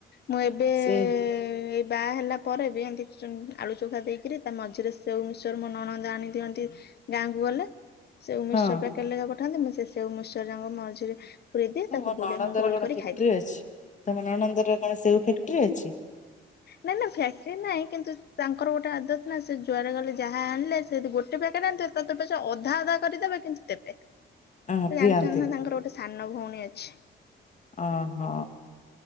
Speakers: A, on the left; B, on the left.
A: ମୁଁ ଏବେଏ-ଏ-ଏ-ଏ
B: ସେ
A: ବାହା ହେଲା ପରେ ବି ଏମିତି ଆଳୁ ଚୋଖା ଦେଇକିରି ତା ମଝିରେ ସେଉମିଶ୍ଚର ମୋ ନଣନ୍ଦ ଆଣି ଦିଅନ୍ତି ଗାଁକୁ ଗଲେ, ସେଉ ମିଶ୍ଚର
B: ହଁ
A: ପ୍ୟାକେଟ୍ ଲେଖା ପଠାନ୍ତି ମୁଁ ସେ ସେଉମିଶ୍ଚର ଯାକ ମଝିରେ ପୁରେଇ ଦିଏ
B: ତମ
A: ତାକୁ
B: ନଣନ୍ଦର
A: ଗୋଲ ଗୋଲ
B: କଣ
A: କରି
B: ଫ୍ୟାକ୍ଟ୍ରି
A: ଖାଇଦିଏ
B: ଅଛି ତମ ନଣନ୍ଦର କଣ ସେଉ ଫ୍ୟାକ୍ଟ୍ରି ଅଛି?
A: ନାଁ ନାଁ ଫ୍ୟାକ୍ଟ୍ରି ନାହିଁ କିନ୍ତୁ ତାଙ୍କର ଗୋଟେ ଆଦତ ନା, ସେ ଯୁଆଡେ ଗଲେ ଯାହା ଆଣିଲେ ସେ ଗୋଟେ ଗୋଟେ ପ୍ୟାକେଟ୍ ଆଣିଥିବେ ତତେ ପଛେ ଅଧା ଅଧା କରି ଦେବେ କିନ୍ତୁ ଦେବେ। ସେ
B: ହଁ ଦିଅନ୍ତି
A: ଜାଣିଛନ୍ତି ତାଙ୍କର ଗୋଟେ ସାନ ଭଉଣୀ ଅଛି।
B: ଓହୋଃ